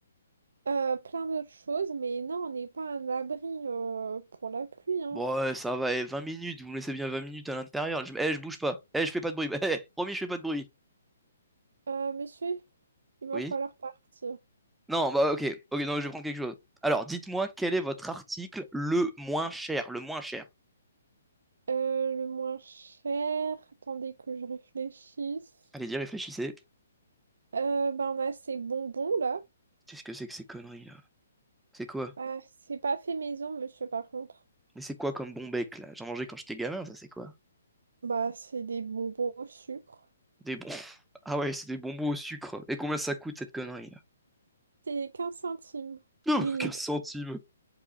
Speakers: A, on the right; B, in the centre.
A: euh, plein d'autres choses, mais non, on n'est pas un abri euh, pour la pluie, hein.
B: Bon ouais, ça va, eh, 20 minutes, vous me laissez bien 20 minutes à l'intérieur. Je... Eh, je bouge pas. Eh, je fais pas de bruit. <laughs> Eh, promis, je fais pas de bruit.
A: Euh, monsieur, il va
B: Oui?
A: falloir partir.
B: Non, bah ok, ok, non, je vais prendre quelque chose. Alors, dites-moi quel est votre article le moins cher, le moins cher.
A: Euh, le moins cher, attendez que je réfléchisse.
B: Allez-y, réfléchissez.
A: Euh, bah on a ces bonbons là.
B: Qu'est-ce que c'est que ces conneries là? C'est quoi?
A: Bah, c'est pas fait maison, monsieur, par contre.
B: Mais c'est quoi comme bon bec là? J'en mangeais quand j'étais gamin, ça c'est quoi?
A: Bah c'est des bonbons au sucre.
B: Des bons. <laughs> Ah ouais, c'est des bonbons au sucre. Et combien ça coûte cette connerie là?
A: C'est 15 centimes
B: Non,
A: l'unité.
B: bah, 15 <laughs> centimes.